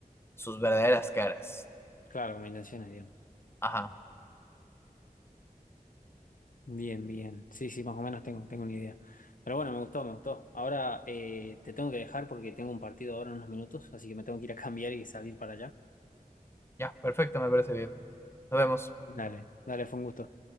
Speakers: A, on the left; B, on the left.
A: sus verdaderas caras.
B: claro, combinaciones, digamos.
A: Ajá,
B: Bien, bien. Sí, sí, más o menos tengo, tengo una idea. Pero bueno, me gustó, me gustó. Ahora eh, te tengo que dejar porque tengo un partido ahora en unos minutos, así que me tengo que ir a <laughs> cambiar y salir para allá.
A: ya, perfecto, me parece bien. Nos vemos.
B: Dale, dale, fue un gusto.